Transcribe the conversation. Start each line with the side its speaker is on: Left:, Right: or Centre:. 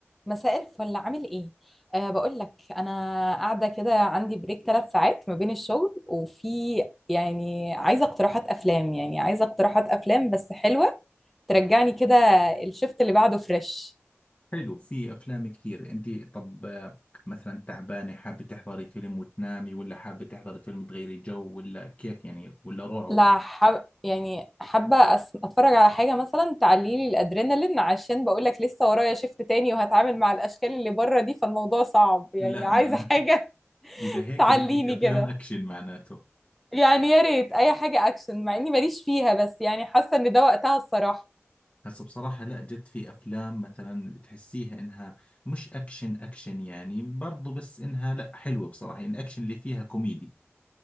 Centre: مساء الفل عامل ايه؟ أه بقول لك انا قاعده كده عندي بريك ثلاث ساعات ما بين الشغل وفي يعني عايزه اقتراحات افلام يعني عايزه اقتراحات افلام بس حلوه ترجعني كده الشفت اللي بعده فريش
Left: حلو في افلام كثير انت طب آه، مثلا تعبانه حابه تحضري فيلم وتنامي ولا حابه تحضري فيلم تغيري جو ولا كيف يعني ولا رعب
Centre: لا حب يعني حابه أس... اتفرج على حاجه مثلا تعلي لي الادرينالين عشان بقول لك لسه ورايا شفت تاني وهتعامل مع الاشكال اللي بره دي فالموضوع صعب يعني
Left: لا
Centre: عايزه
Left: معناته
Centre: حاجه <laughs>
Left: اذا هيك
Centre: تعليني
Left: بدك افلام
Centre: كده
Left: اكشن معناته
Centre: يعني يا ريت اي حاجه اكشن مع اني ماليش فيها بس يعني حاسه ان ده وقتها الصراحه
Left: هسه بصراحة لا جد في افلام مثلا بتحسيها انها مش اكشن اكشن يعني برضو بس انها لا حلوة بصراحة يعني الاكشن اللي فيها كوميدي